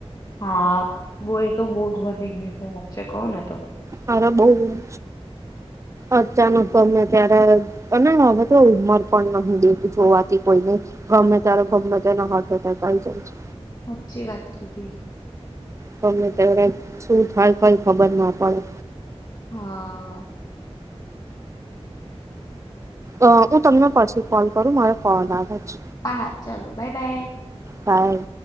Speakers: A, on the left (about 40°); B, on the right (about 30°).
A: હા બો એ તો બહ જ વધી ગયું છે વાશે કહું ને તો.
B: હાર બોજ. અચાનક ગમે ત્યારે અને હવે તો ઉમર પણ ન બે જોવાતી કોઈ ન ગમે ત્યારે ગમે તેને હ થઈ જાય છે.
A: હાચી વાત કીધી.
B: તમે ત્યારે શું થાય કોઈ ખબર ના પડે.
A: હા
B: અ હું તમને પરસે કોલ કરું મારે કોલ આવ જ.
A: હા ચાલો બાય બાય.
B: બાય.